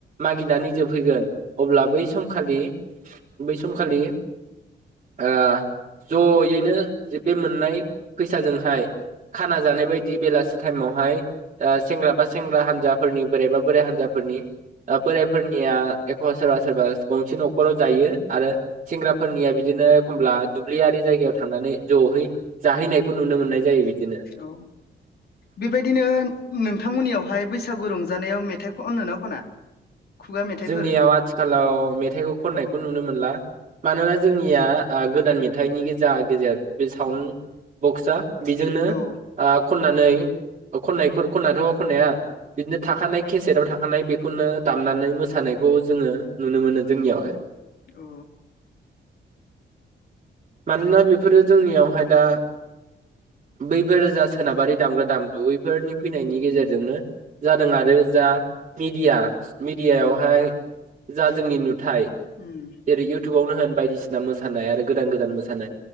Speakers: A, on the right; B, on the left.
A: मागिनानै जोबहैगोन अब्ला बै समखालि - बै समखालि अ। ज'यैनो जे बे मोननाय फैसाजोंहाय खाना जानाय बायदि बेलासि टाइमावहाय अ सेंग्रा बा सेंग्रा हान्जाफोरनि बोराइबा बोराइ हान्जाफोरनि बोराइफोरनिया एखमबा सोरबा सोरबा गंसे न'खराव जायो आरो सेंग्राफोरनिया बिदिनो एखमब्ला दुब्लियारि जायगायाव थांनानै जहै जाहैनायखौ नुनो मोननाय जायो बिदिनो
B: औ बेबायदिनो नोंथांमोननियावहाय बैसा गु रंजानायाव मेथाइ खनो ना खना? खुगा मेथाइफोर
A: जोंनियाव आथिखालाव मेथाइखौ खननायखौ नुनो मोनला मानोना जोंनिया आ गोदान मेथाइनि जा गेजेर बे साउन्ड बक्सआ बेजोंनो
B: औ
A: आ खनना नै। खननायखोर खननाथ' खननाया बिदिनो थाखानाय केसेटव थाखानाय बेखौनो दामनानै मोसा नायखौ जोङो नुनो मोनो जोंनियावहाय
B: औ।
A: मानोना बेफोरो जोंनियावहाय दा बैफोर जा सोनाबारि दामग्रा दामगु बैफोरनि फैनायनि गेजेरजोंनो जादों आरो जा मिडिया-मिडियायावहाय जा जोंनि नु थाय
B: उम
A: जेरै- इउटिउबावनो होन बायदिसिना मसानाय आरो। गोदान-गो दान मोसानाय